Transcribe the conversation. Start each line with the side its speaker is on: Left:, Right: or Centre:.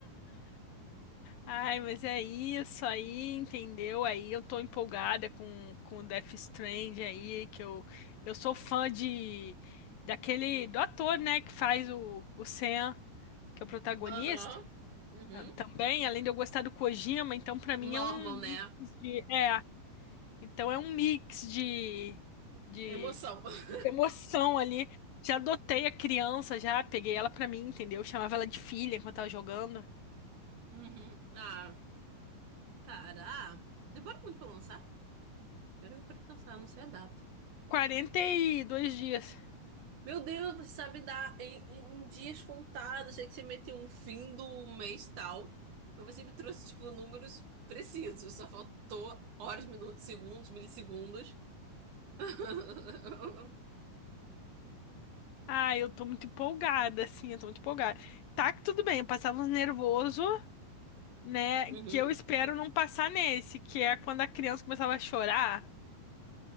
Left: Ai, mas é isso aí, entendeu? Aí eu tô empolgada com, com o Death Stranding aí, que eu, eu sou fã de daquele do ator, né, que faz o, o Sam, que é o protagonista.
Right: Aham. Uhum.
Left: Eu Também, além de eu gostar do Kojima, então pra mim
Right: Normal,
Left: é um mix
Right: né?
Left: de é, então é um mix de de
Right: Emoção. <laughs>
Left: emoção ali. Já adotei a criança, já peguei ela pra mim, entendeu? Chamava ela de filha enquanto tava jogando.
Right: Uhum. Ah, cara. ah, demora muito pra lançar? Agora que eu parei pra pensar, não sei a data.
Left: quarenta e dois dias.
Right: Meu Deus, você sabe dar em, em- em dias contados. Achei que você meteu um fim do mês tal. Mas você me trouxe, tipo, números precisos. Só faltou horas, minutos, segundos, milissegundos. <laughs>
Left: Ah, eu tô muito empolgada, assim, eu tô muito empolgada. Tá que tudo bem, eu passava uns nervoso, né?
Right: Uhum,
Left: Que eu espero não passar nesse, que é quando a criança começava a chorar.